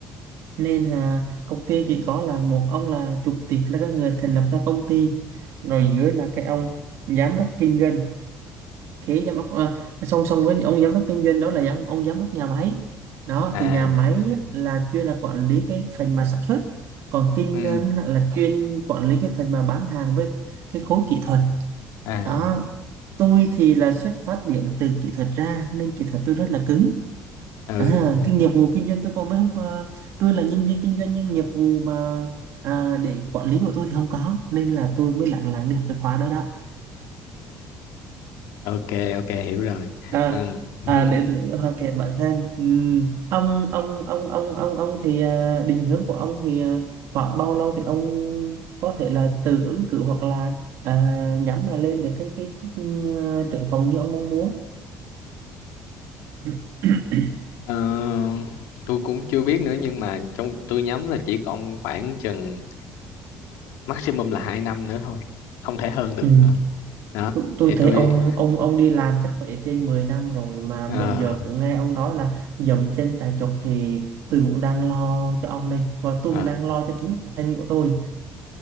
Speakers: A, on the right; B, on the left.
A: nên là công ty chỉ có là một ông là chủ tịch là cái người thành lập ra công ty rồi dưới là cái ông giám đốc kinh doanh thế giám đốc à, song song với ông giám đốc kinh doanh đó là ông ông giám đốc nhà máy đó
B: à
A: thì nhà máy là chuyên là quản lý cái phần mà sản xuất còn kinh
B: ừ
A: doanh là, là chuyên quản lý cái phần mà bán hàng với cái khối kỹ thuật
B: à
A: đó tôi thì là xuất phát điểm từ kỹ thuật ra nên kỹ thuật tôi rất là cứng
B: ừ
A: à,
B: ừ,
A: cái nghiệp vụ kinh doanh tôi còn mới không có tôi là nhân viên kinh doanh nhưng nghiệp vụ mà à, để quản lý của tôi thì không có nên là tôi mới lặng lặng được cái khóa đó đó
B: ok ok hiểu rồi
A: à
B: ừ <laughs>
A: à để hoàn thiện bản thân Ừm, ông ông ông ông ông ông thì à, định hướng của ông thì à, khoảng bao lâu thì ông có thể là tự ứng cử hoặc là à, nhắm là lên được cái cái chức ừ, trưởng phòng như ông mong muốn <clears throat>
B: Ờ, tôi cũng chưa biết nữa nhưng mà trong tôi nhắm là chỉ còn khoảng chừng maximum là hai năm nữa thôi không thể hơn được
A: Ừ.
B: nữa đó
A: Tôi, tôi
B: thì tôi
A: thấy ông ông ông đi làm chắc phải trên 10 năm rồi mà
B: ờ
A: bữa giờ cũng nghe ông nói là dậm chân tại chỗ thì tôi cũng đang lo cho ông đây và tôi
B: ờ,
A: cũng đang lo cho chính bản thân của tôi